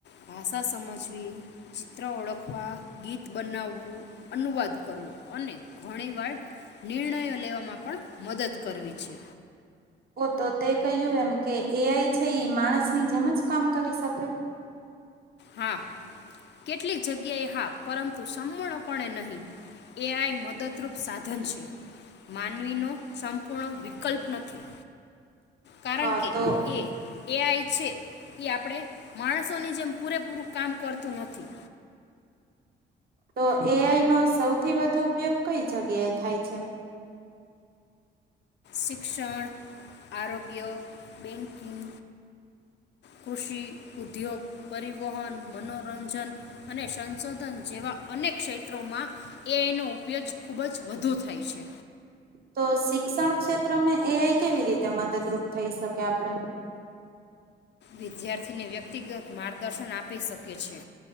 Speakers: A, on the left; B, on the right.
A: ભાષા સમજવી ચિત્ર ઓળખવા ગીત બનાવવું અનુવાદ કરવો અને ઘણી વાર નિર્ણયો લેવામાં પણ મદદ કરવી છે.
B: તો તે કહ્યું એમ કે એ આઈ છે માણસની જેમ જ કામ કરી શકે?
A: હા કેટલીક જગ્યાએ હા પરંતુ સંપૂર્ણપણે નહીં એ આઈ મદદ સાધન છે માન માનવીનો સંપૂર્ણ વિકલ્પ નથી કારણ
B: હા
A: કે
B: તો
A: એ એઆઈ છે એ આપણે માણસોની જેમ પૂરે પૂરુ કામ કરતું નથી.
B: તો એઆઈનો સૌથી વધુ ઉપયોગ કઈ જગ્યાએ થાય છે?
A: શિક્ષણ આરોગ્ય બેંકિંગ કૃષિ ઉદ્યોગ પરિવહન મનોરંજન અને સંશોધન જેવા અનેક ક્ષેત્રોમાં એઆઈ નુ રજ ખૂબ જ વધુ થાય છે.
B: તો શિક્ષણ ક્ષેત્રમાં એ કેવી રીતે મદદરૂપ થઈ શકે આપડે
A: વિદ્યાર્થીને વ્યક્તિગત માર્ગદર્શન આપી શકે છે